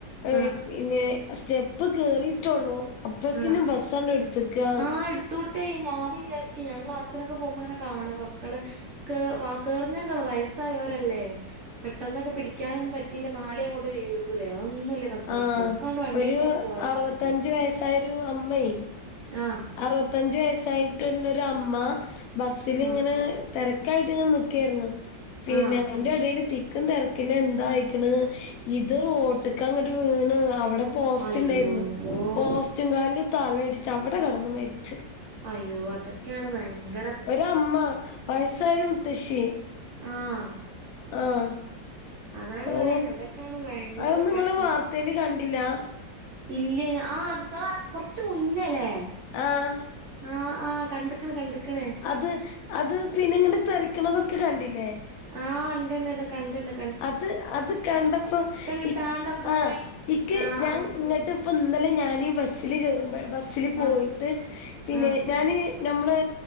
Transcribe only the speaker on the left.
ഏഹ്
പിന്നെ സ്റ്റെപ്പ് കേറിട്ടൊള്ളൂ അപ്പത്തിനും
ബസ്സാണ്ട് ട്ത്തക്കാ.
ആഹ്
ഒരു
അറുപത്തഞ്ച്
വയസ്സായൊരു അമ്മയ്
അറുപത്തഞ്ച് വയസ്സായിട്ടുള്ളൊരു അമ്മ ബസ്സ്ല്ങ്ങനെ
തെരക്കായിട്ട് ങ്ങനെ നിക്കായിരുന്നു പിന്നെ
അയിന്റെ എടേല് തി ക്ക് തെരക്കില് എന്താ ആയിക്കണ് ഇത് റോട്ട്ക്ക് അങ്ങട്ട് വീണ് അവടെ പോസ്റ്റ്
ണ്ടായിരുന്നു പോസ്റ്റ് കാൽല് തലയിടിച്ച് അവടെ കടന്ന് മരിച്ച്.
ഒര അമ്മ വയസ്സായരു മുത്തശ്ശി
ആഹ്
ഓ
അതൊന്നും
ഇങ്ങള് വാർത്തേല് കണ്ടില്ല?
ആഹ്
അത് അത് പിന്നെ ഇങ്ങനെ തെറിക്ക്ണതൊക്കെ കണ്ടില്ലേ?
അത് അത് കണ്ടപ്പോ
ഇ
ആഹ്
ഇക്ക്
ഞാൻ ഇങ്ങട്ട് പ്പ ഇന്നലെ ഞാന് ബസ്സ്ല് കേറുമ്പ ബസ്സ്ല് പോയിട്ട്
പിന്നെ
ഞാന് ഞമ്മള്